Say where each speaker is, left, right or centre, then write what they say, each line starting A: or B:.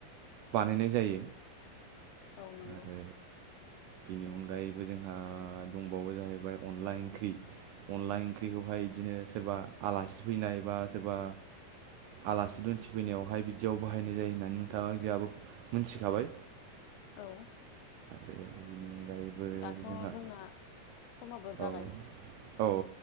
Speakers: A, on the right (about 80°); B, on the left (about 85°).
A: बानायनाय जायो
B: औ नंगौ
A: आरो। बेनि अनगायैबो जोंहा दंबावो जाहैबाय अनला ओंख्रि। अनला ओंख्रिखौहाय बिदिनो सोरबा आलासि फैनाय बा सोरबा। आलासि दुन्सि फैनायावहाय बिदियाव बाहायनाय जायो होननानै नोंथाङा जोंहाबो मोनथिखाबाय।
B: औ।
A: आरो बेनि अनगायैबो
B: दाथ'
A: जोंहा
B: जोंना समाबो जाबाय
A: औ अ